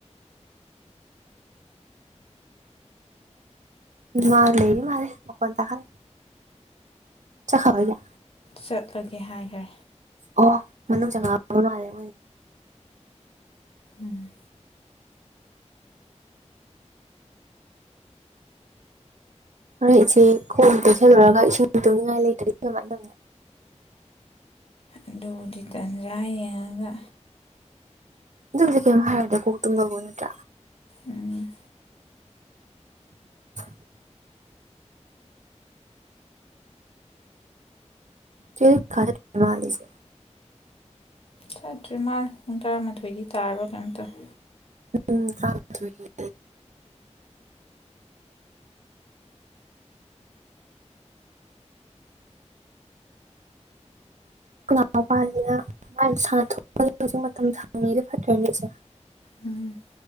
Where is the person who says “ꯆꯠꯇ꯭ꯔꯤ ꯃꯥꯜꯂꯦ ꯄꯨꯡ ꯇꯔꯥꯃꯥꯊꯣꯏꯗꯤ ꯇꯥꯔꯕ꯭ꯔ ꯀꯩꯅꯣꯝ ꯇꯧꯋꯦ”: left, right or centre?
Left